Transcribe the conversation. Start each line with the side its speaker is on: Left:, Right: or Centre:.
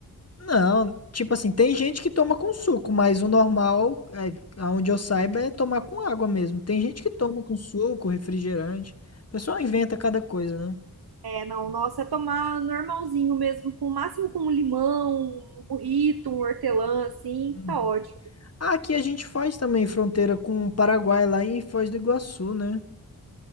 Left: Não, tipo assim, tem gente que toma com suco, mas o normal, é, aonde eu saiba, é tomar com água mesmo. Tem gente que toma com suco, refrigerante. O pessoal inventa cada coisa, né?
Right: É, não, nossa, é tomar normalzinho mesmo, com o máximo com um limão, um burrito, um hortelã, assim,
Left: Hum.
Right: tá ótimo.
Left: Aqui a gente faz também fronteira com o Paraguai, lá em Foz do Iguaçu, né?